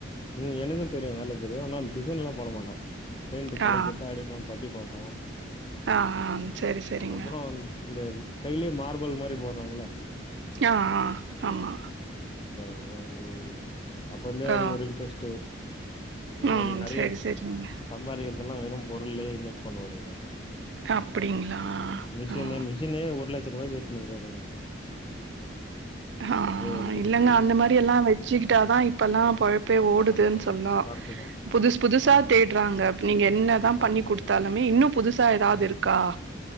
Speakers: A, on the left; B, on the right.
A: உம் எனக்கும் தெரியும் நல்லா தெரியும் ஆனா டிசைன் எல்லாம் போட மாட்டேன் பெண்ட் களை
B: ஆ
A: குடுத்தா ஆடிப் பட்டி ஒ
B: ஆ ஆ சரி சரிங்க
A: அப்புறம் இந்த கையில மார்பல் மாரி போறாங்களா
B: ஆஹ் ஆஹ் ஆமா
A: ஏதாவது அப்பந்தே அவருக்கு
B: ஆ
A: ஒரு இன்ட்ரெஸ்ட் இந்த
B: ம்
A: மாதிரி நிறைய
B: சரி சரிங்க
A: சம்பாதி இதெல்லாம் வெறும் பொருளே இன்வெஸ்ட் பண்ண வரு
B: அப்டிங்களா
A: மிஷினே
B: ஆ
A: மிஷினே ஒரு லட்சம் ரூபாய்க்கு வச்சுருங்கற அவரு
B: ஆஹ்
A: கொய்ய அடிக்கிறது
B: இல்லங்க அந்த மாதிரி எல்லாம் வச்சுக்கிட்டாதா இப்ப எல்லாம் போலப் ஓடுதுன்னு
A: ஆமா
B: சொல்லம்
A: கரெக்ட்டு தா
B: புது புதுசா
A: ஆமாங்க
B: தேடுறாங்க நீங்க என்னதான் பண்ணி
A: ஆமா
B: கொடுத்தாலுமே இன்னும் புதுசா ஏதாவது
A: ஆமா ம்
B: இருக்காஹ